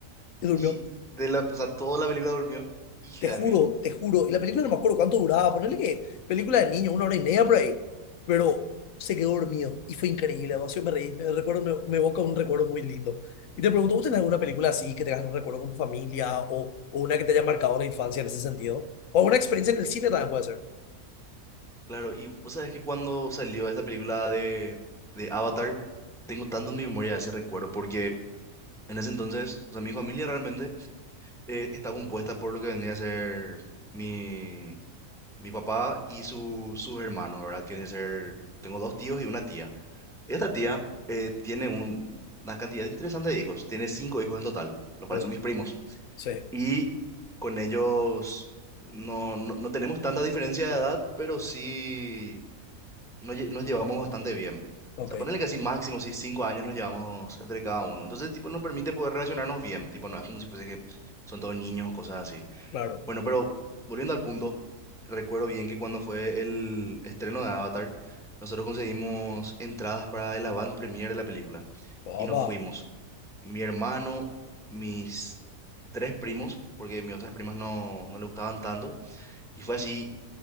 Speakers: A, on the left; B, in the centre.
A: y durmió.
B: y de la, o sea, toda la película durmió. Hija
A: Te juro,
B: de mil.
A: te juro. Y la película no me acuerdo cuánto duraba. Ponerle que película de niño, una hora y media por ahí. Pero se quedó dormido y fue increíble. Demasiado me reí. Me, recuerdo, me, me evoca un recuerdo muy lindo. Y te pregunto, ¿vos tenés alguna película así que tengas un recuerdo con tu familia o, o una que te haya marcado la infancia en ese sentido? O una experiencia en el cine también puede ser.
B: Claro, y vos sabés que cuando salió esta película de, de Avatar, tengo tanto en mi memoria ese recuerdo, porque en ese entonces, o sea, mi familia realmente eh, está compuesta por lo que vendría a ser mi, mi papá y su- sus hermanos, ¿verdad? Tiene que ser, tengo dos tíos y una tía. Esta tía eh, tiene un- una cantidad interesante de hijos, tiene cinco hijos en total, los cuales
A: Um,
B: son mis primos.
A: sí,
B: Y con ellos no, no, no tenemos tanta diferencia de edad, pero sí nos, lle- nos llevamos bastante bien.
A: ok,
B: O sea, ponerle que así máximo, sí, cinco años nos llevamos entre cada uno. Entonces, tipo, nos permite poder relacionarnos bien. Tipo, no es como si fuese que son todos niños o cosas así.
A: claro.
B: Bueno, pero volviendo al punto, recuerdo bien que cuando fue el estreno de Avatar, nosotros conseguimos entradas para el avant premiere de la película.
A: Papá.
B: Y nos fuimos. Mi hermano, mis tres primos, porque mis otras primas no, no le gustaban tanto. Y fue así